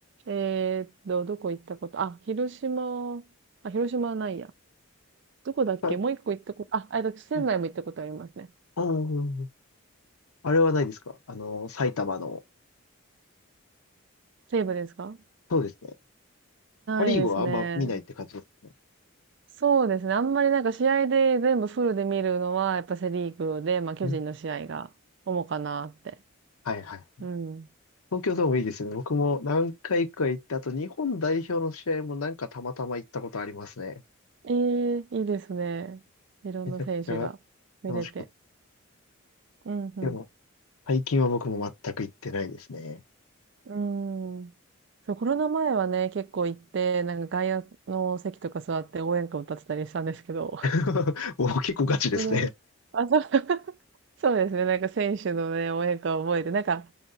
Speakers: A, on the right; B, on the left.
A: えーっと、どこ行ったことあ、広島、あ、広島はないや。どこだっけもう一個行ったこと、
B: はい。
A: あ、あ、えと、仙台も行ったことありますね。
B: うんうんうん。あれはないですかあの、埼玉の。
A: 西武ですか
B: そうですね。パ・リーグはあんま見ないって感じですかね。
A: ないですね。そうですね。あんまりなんか試合で全部フルで見るのは、やっぱセリーグで、まあ、巨人の試合が主かなって。
B: うん。はいはい。
A: うん。
B: 東京ドームいいですよね。僕も何回か行った後、日本代表の試合もなんかたまたま行ったことありますね。
A: ええいいですね。いろんな選手が見れて。
B: めちゃくちゃ楽しかっ
A: うん、うん。
B: た。でも、最近は僕も全く行ってないですね。
A: うーん。そう、コロナ前はね、結構行って、なんか外野の席とか座って応援歌歌ってたりしたんですけど、
B: <laughs> お、結構ガチですね。
A: <laughs> その、あ、そう、<laughs> そうですね、なんか選手のね、応援歌を覚えて、なんか、